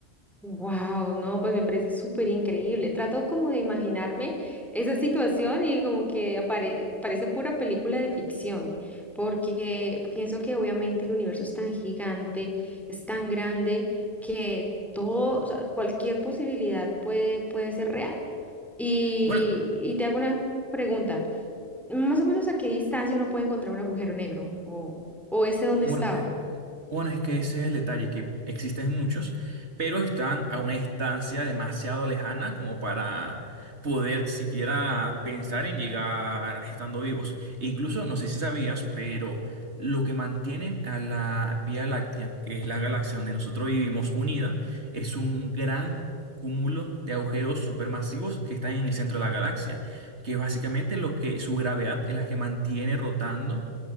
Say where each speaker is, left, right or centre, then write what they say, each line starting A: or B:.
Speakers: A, in the centre; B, on the right (about 75°).
A: wow, no, pues me parece súper increíble. Trato como de imaginarme esa situación y como que apare- parece pura película de ficción, porque pienso que obviamente el universo es tan gigante, es tan grande, que todo, o sea, cualquier posibilidad puede, puede ser real. Y,
B: Bueno,
A: y te hago una pregunta, más o menos a qué distancia uno puede encontrar un agujero negro o, o ese dónde
B: bueno,
A: estaba.
B: Bueno, es que ese es el detalle, que existen muchos, pero están a una distancia demasiado lejana como para poder siquiera pensar en llegar estando vivos. Incluso, no sé si sabías, pero lo que mantiene a la Vía Láctea, que es la galaxia donde nosotros vivimos unida, es un gran cúmulo de agujeros supermasivos que están en el centro de la galaxia, que es básicamente lo que su gravedad es la que mantiene rotando